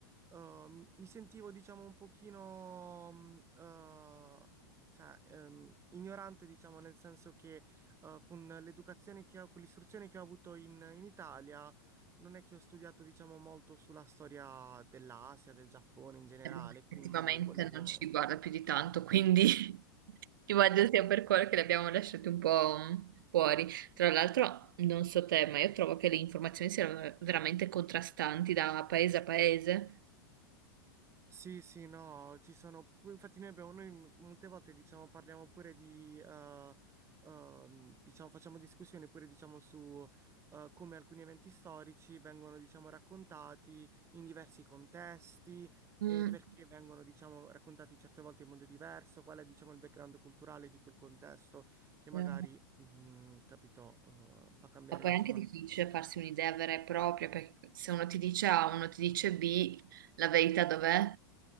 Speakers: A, on the right (about 20°); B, on the right (about 60°).
A: ehm, mi sentivo diciamo un pochino mh, eh, cioè, ehm, ignorante diciamo nel senso che eh, con l'educazione che ho, con l'istruzione che ho avuto in, in Italia non è che ho studiato diciamo molto sulla storia dell'Asia, del Giappone in generale,
B: Eh, boh,
A: quindi
B: effettivamente
A: volevo
B: non ci riguarda più di tanto, quindi <laughs> immagino sia per quello che li abbiamo lasciati un po' mm, fuori. Tra l'altro, non so te, ma io trovo che le informazioni siano veramente contrastanti da paese a paese.
A: Sì, sì, no, ci sono, infatti noi abbiamo, noi molte volte diciamo parliamo pure di, eh, ehm, diciamo facciamo discussioni pure diciamo su eh, come alcuni eventi storici vengono diciamo raccontati in diversi contesti
B: Mm.
A: e perché vengono diciamo raccontati certe volte in modo diverso, qual è diciamo il background culturale di quel contesto che
B: Eh,
A: magari, mm, capito, eh, fa cambiare
B: Ma poi
A: diciamo
B: è anche difficile
A: la storia.
B: farsi un'idea vera e propria, perché se uno ti dice A, uno ti dice B, la verità dov'è?